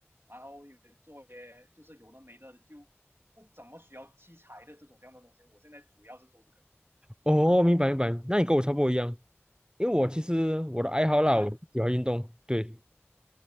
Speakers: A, on the right; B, on the right.
A: 然后有做些就是有的没的，就不怎么需要器材的这种这样的东西。我现在主要是做这个，
B: 哦明白明白，
A: 嗯，
B: 那你跟我差不多一样，因为我其实我的爱好啦，
A: 嗯
B: 我喜欢运动，对，